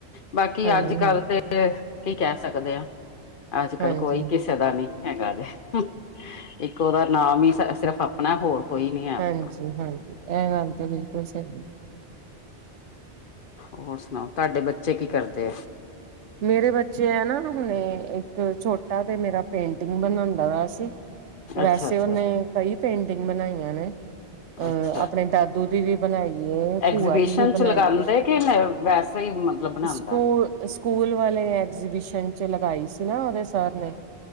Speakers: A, on the left (about 55°); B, on the right (about 85°).
A: ਬਾਕੀ
B: ਹਾਂਜੀ
A: ਅੱਜ-ਕੱਲ
B: ਹਾਂਜੀ
A: ਤੇ, ਕੀ ਕਹਿ ਸਕਦੇ ਆਂ। ਅੱਜ-ਕੱਲ
B: ਹਾਂਜੀ
A: ਕੋਈ, ਕਿਸ ਕਿਸੇ ਦਾ ਨੀ, ਹੈਗਾ ਜੇ। ਇੱਕ ਉਹਦਾ ਨਾਮ ਹੀ ਸਿਰਫ ਆਪਣਾ ਹੋਰ ਕੋਈ ਨੀ ਹੈ ਆਪਣਾ
B: ਹਾਂਜੀ-ਹਾਂਜੀ, ਐ ਗੱਲ ਤੇ ਬਿਲਕੁਲ ਸਹੀ ਏ।
A: ਹੋਰ ਸੁਣਾਓ, ਤੁਹਾਡੇ ਬੱਚੇ ਕੀ ਕਰਦੇ ਐ?
B: ਮੇਰੇ ਬੱਚੇ ਆ ਨਾ ਹੁਣੇ, ਇੱਕ ਛੋਟਾ ਤੇ ਮੇਰਾ ਪੇਂਟਿੰਗ ਬਣਾਂਦਾ ਵਾ ਸੀ।
A: ਅੱਛਾ
B: ਵੈਸੇ
A: ਅੱਛਾ
B: ਉਹਨੇ ਕਈ ਪੇਂਟਿੰਗ ਬਣਾਈਆਂ ਨੇ, ਅਹ
A: ਅੱਛਾ
B: ਆਪਣੇ ਦਾਦ ਦੂ ਦੀ ਵੀ ਬਣਾਈ ਏ, ਭੂਆ
A: ਐਗਜੀਬਿਸ਼ਨ
B: ਦੀ ਵੀ
A: ਚ
B: ਬਣਾਈ
A: ਲਗਾਉਂਦੇ
B: ਏ।
A: ਕਿ ਵੈਸੇ ਹੀ ਮਤਲਬ ਬਣਾਉਂਦਾ
B: ਸਕੂਲ ਸਕੂਲ ਵਾਲੇ ਐਗਜੀਬਿਸ਼ਨ ਚ ਲਗਾਈ ਸੀ ਨਾ ਉਹਦੇ ਸਰ ਨੇ